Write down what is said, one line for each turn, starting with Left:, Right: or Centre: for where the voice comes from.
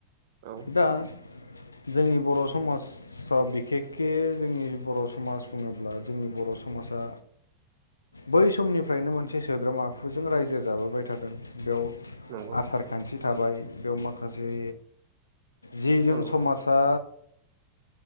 Right: औ
Left: दा जोंनि बर' समाजआव बिखेकके जोंनि बर' समाज बुङो ब्ला जोंनि बर' समाजा
Right: <unintelligible>
Left: बै समनिफ्रायनो मोनसे सोद्रोम आखुजों रायजो जाबोबाय थादों बेयाव
Right: नंगौ
Left: आसार खान्थि थाबाय बेव माखासे जिजों
Right: नंगौ
Left: समाजा